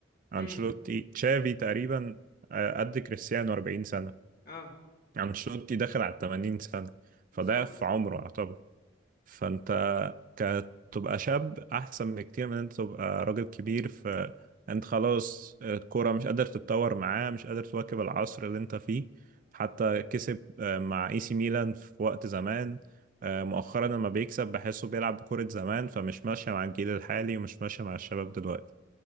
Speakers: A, on the right; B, on the left.
A: انشيلوتي
B: امم
A: تشافي تقريبا آه، قد كريستيانو 40 سنة
B: اه
A: انشيلوتي داخل على 80 سنة
B: بالظبط
A: فده في عمره يعتبر فانت ك- تبقى شاب احسن بكتير من انت تبقى راجل كبير فانت خلاص الكوره مش قادر تتطور معاه مش قادر تواكب العصر اللي انت فيه حتى كسب آه، مع اي سي ميلان في وقت زمان آه، مؤخرا لما بيكسب بحسه بيلعب بكرة زمان فمش ماشية مع الجيل الحالي ومش ماشية مع الشباب دلوقتي